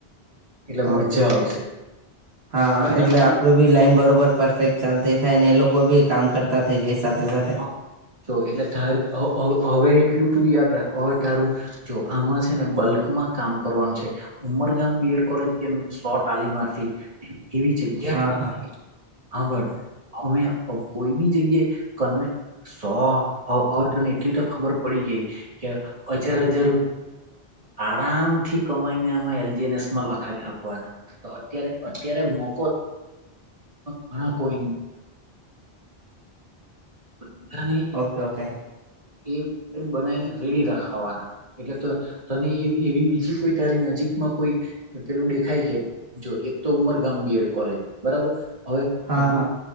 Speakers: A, on the right; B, on the right.
A: એટલે મજા
B: ઓકે ઓકે
A: આવશે
B: હા
A: ઉમરગામમાં
B: એટલે આપડું બી લાઈન બરોબર પરફેક્ટ ચાલતી થાય અને એ લોકો બી કામ કરતા થાય જે સાથે સાથે
A: હા જો એટલે ત હવે એટલું તું યાદ રાખ હવે તારું જો આમાં છે ને બલ્ક માં કામ કરવાનું છે ઉમરગામ બીએડ કોલેજમ સ્લોટ આલી મારથી એવી જગ્યા
B: હા હા
A: આભર અમે કોઈ બી જગ્યાએ સો તને એટલી તો ખબર પડી ગઈ કે હજાર હજાર આરામ થી કમાઈને આમાં એલજીએનએસમાં લખાઈ રાખવાના તો અત્યારે અત્યારે મો ઘણા કોઈ બધાને
B: ઓકે ઓકે
A: એ બનાવીને રેડી રાખાવાના એટલે તો તને એવી બીજી કોઈ તારી નજીકમાં કોઈ પેલું દેખાય કે જો એક તો ઉમરગામ બીએડ કોલેજ બરાબર હવે
B: હા
A: ને તું
B: હા